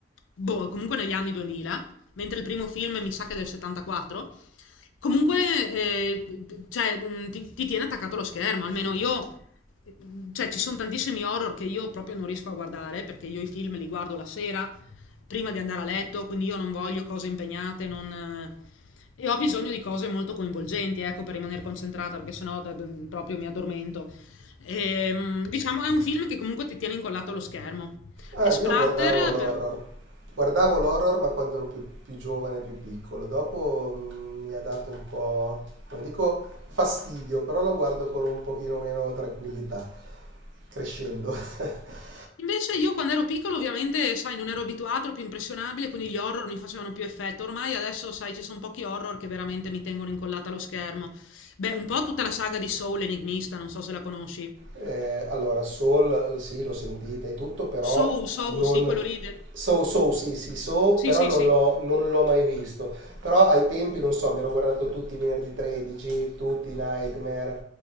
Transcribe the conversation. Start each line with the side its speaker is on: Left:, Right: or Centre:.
Left: boh, comunque negli anni 2000, mentre il primo film mi sa che è del 74, comunque eh, cioè, mh, ti, ti tiene attaccato allo schermo, almeno io, eh, cioè ci sono tantissimi horror che io proprio non riesco a guardare, perché io i film li guardo la sera, prima di andare a letto, quindi io non voglio cose impegnate, non... eh, E ho bisogno di cose molto coinvolgenti, ecco, per rimanere concentrata, perché sennò eh, proprio mi addormento. E, mm, diciamo, è un film che comunque ti tiene incollato allo schermo.
Right: Eh,
Left: È splatter,
Right: io guardavo l'horror.
Left: per-
Right: Guardavo l'horror, ma quando ero più, più giovane, più piccolo. Dopo mm, mi ha dato un po', non dico fastidio, però lo guardo con un pochino meno tranquillità, crescendo. <laughs>
Left: Invece io quando ero piccolo ovviamente, sai, non ero abituato, ero più impressionabile, quindi gli horror mi facevano più effetto. Ormai adesso, sai, ci sono pochi horror che veramente mi tengono incollata allo schermo. Beh, un po' tutta la saga di Soul Enigmista, non so se la conosci.
Right: Eh, allora, soul sì, l'ho sentita e tutto, però
Left: Soul, Soul,
Right: non...
Left: sì, quello lì. de-
Right: So, so, sì, sì, so,
Left: Sì,
Right: però
Left: sì,
Right: non
Left: sì.
Right: l'ho, non l'ho mai visto. Però ai tempi, non so, mi ero guardato tutti i venerdì 13, tutti i Nightmare.